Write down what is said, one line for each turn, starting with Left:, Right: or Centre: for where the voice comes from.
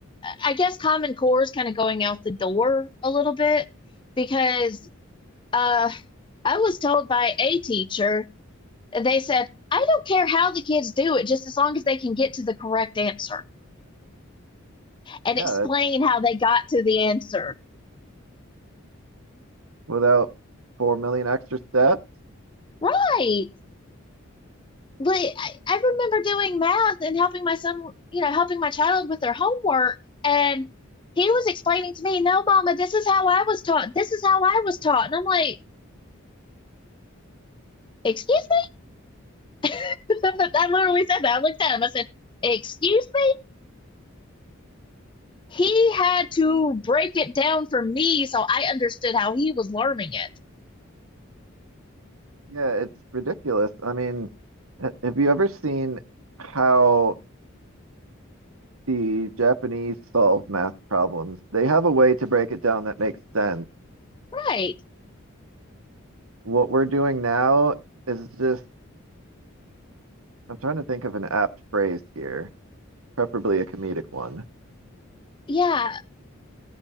Left: I guess Common Core is kind of going out the door a little bit because uh, I was told by a teacher, they said, I don't care how the kids do it, just as long as they can get to the correct answer and
Right: Yeah,
Left: explain
Right: that,
Left: how they got to the answer.
Right: without 4 million extra steps.
Left: Right. But I, I remember doing math and helping my son, you know, helping my child with their homework. And he was explaining to me, no, mama, this is how I was taught. This is how I was taught. And I'm like, excuse me? <laughs> I literally said that. I looked at him. I said, Excuse me? He had to break it down for me so I understood how he was learning it.
Right: Yeah, it's ridiculous. I mean, ha- have you ever seen how the Japanese solve math problems? They have a way to break it down that makes sense.
Left: Right.
Right: What we're doing now is just, I'm trying to think of an apt phrase here, preferably a comedic one.
Left: Yeah.